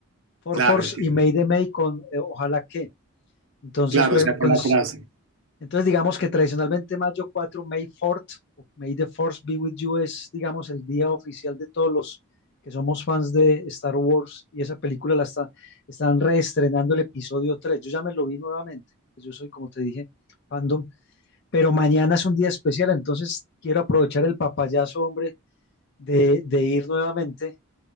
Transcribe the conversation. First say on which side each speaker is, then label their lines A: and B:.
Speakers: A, on the left (about 50°); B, on the right (about 60°).
A: for
B: claro,
A: force
B: entiendo.
A: y may de may con eh, ojalá que. Entonces
B: Claro,
A: juegan
B: o sea, con
A: con,
B: la
A: es-
B: frase.
A: entonces, digamos que tradicionalmente mayo 4, May 4 o May the Force be with you, es, digamos, el día oficial de todos los que somos fans de Star Wars y esa película la está, están reestrenando el episodio 3. Yo ya me lo vi nuevamente, pues yo soy, como te dije, fandom, pero mañana es un día especial, entonces quiero aprovechar el papayazo, hombre, de, de ir nuevamente